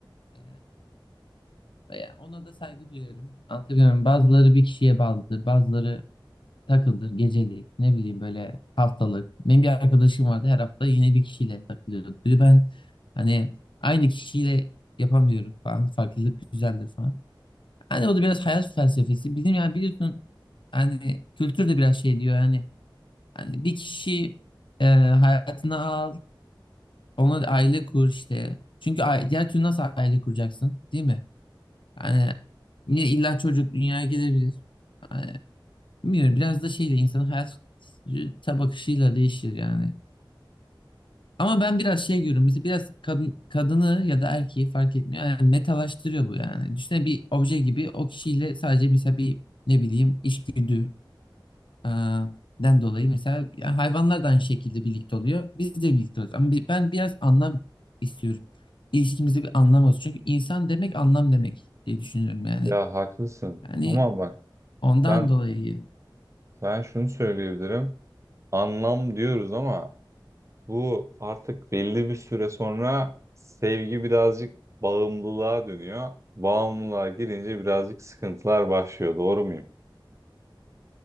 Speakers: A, on the left (about 75°); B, on the right (about 35°).
A: e, ya ona da saygı duyarım. Anlatabiliyor muyum? Bazıları bir kişiye bağlıdır, bazıları Takılır, gecelik, ne bileyim böyle haftalık. Benim bir arkadaşım vardı her hafta yine bir kişiyle takılıyordu. Diyor, Ben hani aynı kişiyle yapamıyorum falan. Farklılık güzeldir falan. Hani o da biraz hayat felsefesi. Bizim yani biliyorsun hani kültür de biraz şey diyor yani hani bir kişi e, hayatına al, ona da aile kur işte. Çünkü ai- diğer türlü nasıl aile kuracaksın, değil mi? Hani yine illa çocuk dünyaya gelebilir. Hani, Bilmiyorum biraz da şeyle insanın hayata bakışıyla değişir yani. Ama ben biraz şey görüyorum. Mesela biraz kadın kadını ya da erkeği fark etmiyor. Yani metalaştırıyor bu yani. Düşünsene bir obje gibi o kişiyle sadece mesela bir ne bileyim içgüdü e, den dolayı mesela yani hayvanlar da aynı şekilde birlikte oluyor. Biz de birlikte oluyoruz. Ama bi- ben biraz anlam istiyorum. İlişkimize bir anlam olsun. Çünkü insan demek anlam demek diye düşünüyorum yani.
B: Ya haklısın.
A: Yani
B: Ama bak
A: ondan
B: ben
A: dolayı
B: ben şunu söyleyebilirim. Anlam diyoruz ama bu artık belli bir süre sonra sevgi birazcık bağımlılığa dönüyor. Bağımlılığa girince birazcık sıkıntılar başlıyor. Doğru muyum?